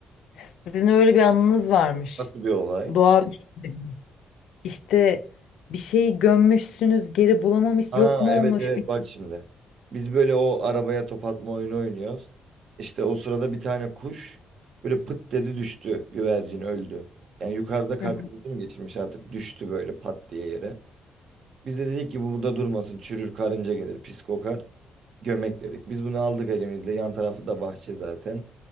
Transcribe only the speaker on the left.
Sizin öyle bir anınız varmış.
Doğaüstü. İşte bir şeyi gömmüşsünüz geri bulamamış
yok mu
olmuş
bir
Hı hı.